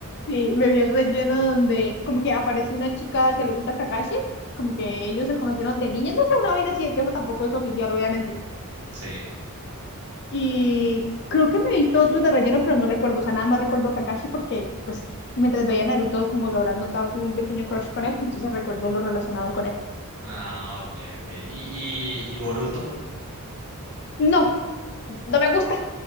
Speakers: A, on the left; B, on the right.
A: sí, me vi el relleno donde como que aparece una chica que le gusta Kakashi, como que ellos se conocieron de niños, no sé, una vaina así de queja tampoco es oficial, obviamente.
B: Sí.
A: Y creo que me he visto otros de relleno, pero no recuerdo, o sea, nada más recuerdo Kakashi porque, pues, mientras veía Naruto, como lo habrás notado, tuve un pequeño crush con él, entonces recuerdo lo relacionado con él.
B: Ah, ok, ok. ¿Y, y, y Boruto?
A: No, no me gusta,